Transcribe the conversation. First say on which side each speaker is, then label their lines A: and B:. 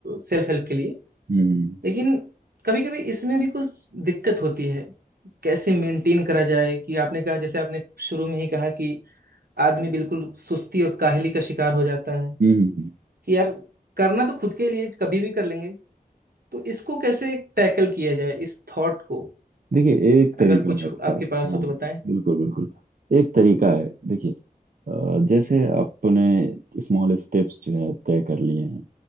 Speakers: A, on the right; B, on the right.
A: सेल्फ हेल्प के लिए
B: हम्म
A: लेकिन कभी कभी इसमें भी कुछ दिक्कत होती है कैसे मेंटेन करा जाए कि आपने कहा जैसे आपने शुरू में ही कहा कि आदमी बिल्कुल सुस्ती और काहली का शिकार हो जाता है
B: हम्म
A: कि यार करना तो खुद के लिए कभी भी कर लेंगे तो इसको कैसे टैकल किया जाए इस थॉट को
B: देखिए एक तरीका
A: अगर कुछ
B: है उसका
A: आपके पास
B: हाँ
A: हो तो बताएं
B: बिल्कुल बिल्कुल एक तरीका है देखिए अ, जैसे आपने स्मॉल स्टेप्स जो है तय कर लिए हैं